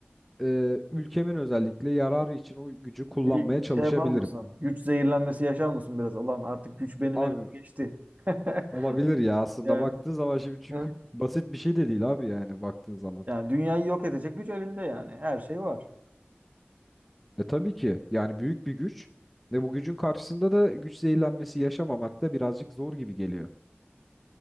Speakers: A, in the centre; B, on the right.
A: e, ülkemin özellikle yararı için o gücü kullanmaya
B: Bir
A: çalışabilirim.
B: şey yapar mısın? Güç zehirlenmesi yaşar mısın biraz? Ulan artık güç benim
A: Abi
B: elime geçti. <laughs>
A: olabilir ya aslında
B: Yani.
A: baktığın zaman şimdi çünkü
B: <laughs>
A: basit bir şey de değil abi yani baktığın zaman.
B: Yani dünyayı yok edecek güç elinde yani. Her şey var.
A: E tabii ki yani büyük bir güç ve bu gücün karşısında da güç zehirlenmesi yaşamamak da birazcık zor gibi geliyor.